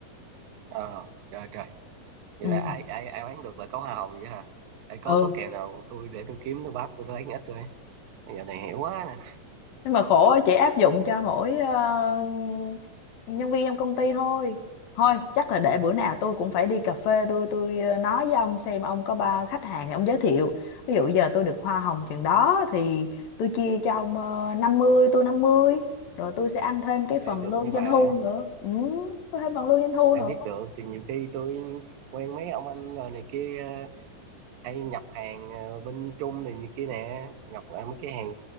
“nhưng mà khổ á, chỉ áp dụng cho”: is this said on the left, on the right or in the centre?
Left